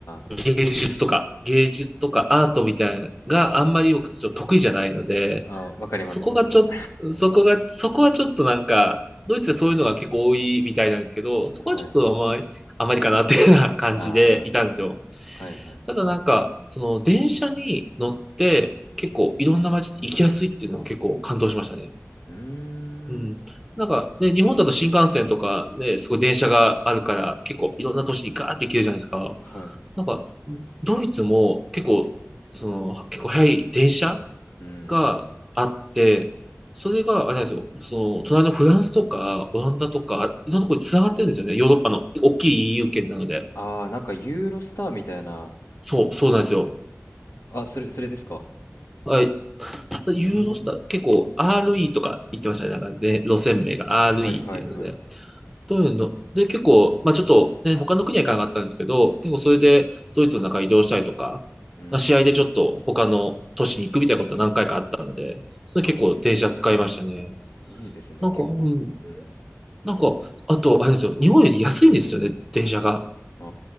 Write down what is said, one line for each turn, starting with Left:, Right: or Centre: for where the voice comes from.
Left: ー
Centre: 芸術とか芸術とかアートみたいなのがあんまり僕ちょっと得意じゃないので、
Left: あー、わかります、
Centre: そこがちょっと、
Left: 僕も。
Centre: そこが、そこはちょっとなんか、ドイツでそういうのが結構多いみたいなんですけど、そこはちょっとあまり、
Left: <laughs> はい。
Centre: あまりかなっていうような感じでいたんですよ。
Left: ああ、はいはい。
Centre: ただなんか、その電車に乗って結構いろんな街に行きやすいっていうのは結構感動しましたね。
Left: うー
Centre: うん。
Left: ん、
Centre: なんかね、日本だと新幹線とかね、すごい電車があるから結構いろんな都市にガーって行けるじゃないですか。
Left: はい。
Centre: なんか、ドイツも結構、その、結構早い電車
Left: うん。
Centre: があって、それが、あれなんですよ、その、隣のフランスとか、オランダとか、いろんなところに繋がってるんですよね。ヨーロッパの大きい EU 圏なので。
Left: ああ、なんかユーロスターみたいな、
Centre: そう、そうなんですよ。
Left: あ、それ、それですか。
Centre: はい。
Left: はいえ
Centre: ただ、ユーロスター、
Left: ー、
Centre: 結構 RE とか言ってましたね。なんかね、路線名が
Left: はいはいはい。
Centre: RE っていうので。どういうので、結構、まあちょっとね、他の国は行かなかったんですけど、結構それでドイツの中移動したりとか、
Left: うん。
Centre: まあ、試合でちょっと他の都市に行くみたいなことは何回かあったので、それ結構電車使いましたね。
Left: あー、いいですね、
Centre: なんか、
Left: 結構。
Centre: うん。
Left: うん。
Centre: なんか、あと、あれですよ、日本より安いんですよね、電車が。
Left: あ